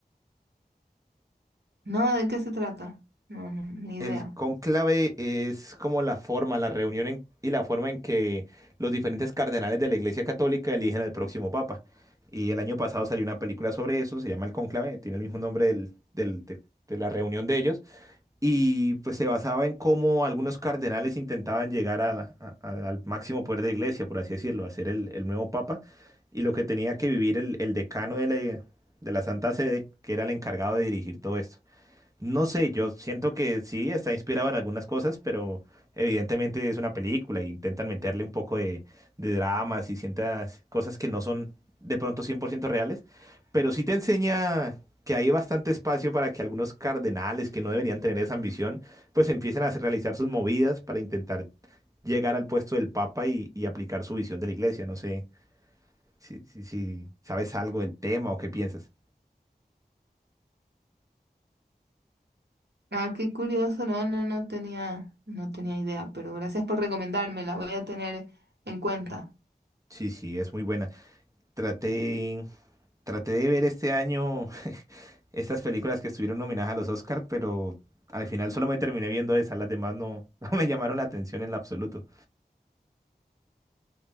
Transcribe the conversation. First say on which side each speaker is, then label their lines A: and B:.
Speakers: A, on the right; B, on the right.
A: No, ¿de qué se trata? No, no, ni
B: El
A: idea.
B: cónclave es como la forma, la reunión en- y la forma en que los diferentes cardenales de la Iglesia Católica eligen al próximo papa. Y el año pasado salió una película sobre eso, se llama El Cónclave, tiene el mismo nombre del, del- de de la reunión de ellos. y pues se basaba en cómo algunos cardenales intentaban llegar a la- a- a- al máximo poder de la iglesia, por así decirlo, a ser el, el nuevo papa, y lo que tenía que vivir el, el decano de la, de la Santa Sede, que era el encargado de dirigir todo esto. No sé, yo siento que sí, está inspirado en algunas cosas, pero evidentemente es una película e intentan meterle un poco de, de dramas y ciertas cosas que no son de pronto 100% reales, pero sí te enseña que hay bastante espacio para que algunos cardenales que no deberían tener esa ambición, pues empiecen a hacer- realizar sus movidas para intentar llegar al puesto del Papa y, y aplicar su visión de la iglesia. No sé si, si si sabes algo del tema o qué piensas.
A: Ah, qué curioso, no, no, no tenía, no tenía idea, pero gracias por recomendarme, la voy a tener en cuenta.
B: Sí, sí, es muy buena. Traté Traté de ver este año <laughs> estas películas que estuvieron nominadas a los Oscar, pero al final solo me terminé viendo esas, las demás no, <laughs> no me llamaron la atención en lo absoluto.